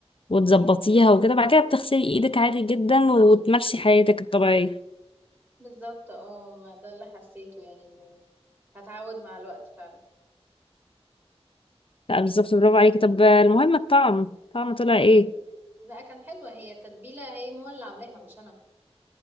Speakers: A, on the left; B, on the right.
A: وتظبطيها وكده بعد كده بتغسلي ايدك عادي جدا وتمارسي حياتك الطبيعية
B: بالظبط اه ما ده اللي حسيته يعني انه هتعود مع الوقت فعلا
A: لا بالظبط برافو عليكي طب المهم الطعم الطعم طلع ايه
B: لا كان حلوة هي التتبيلة هي ماما اللي عاملاها مش انا